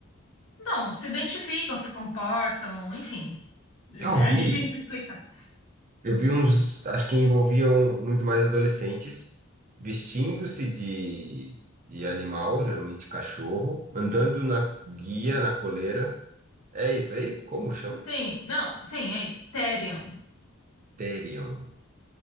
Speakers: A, on the left; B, on the right.
A: Não, se identificam, se comportam, enfim.
B: Eu
A: É
B: vi,
A: difícil explicar.
B: eu vi uns, acho que envolviam muito mais adolescentes, vestindo-se de, de animal, geralmente cachorro, andando na guia, na coleira. É isso aí? Como chama?
A: Sim, não, sim, é Therian.
B: Terion.